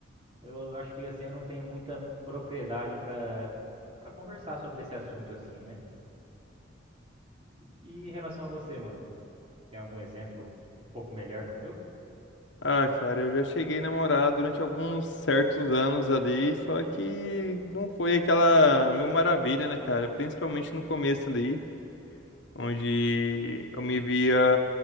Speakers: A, on the right; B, on the left.
A: eu acho que assim eu não tenho muita propriedade para para conversar sobre esse assunto assim, né? E, e em relação a você, mano, tem algum exemplo um pouco melhor que o meu?
B: Ah, cara, eu já cheguei a namorar durante alguns certos anos ali, só que não foi aquela mil maravilha, né, cara? Principalmente no começo ali. onde eu me via